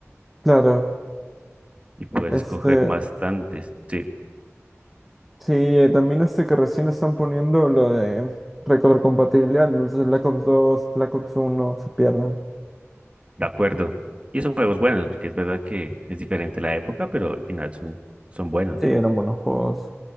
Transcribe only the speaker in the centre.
Claro,
este,
sí, eh, también este que recién están poniendo lo de retrocompatibilidad, ¿no? entonces Black Ops 2, Black Ops uno se pierden.
Sí, eran buenos juegos.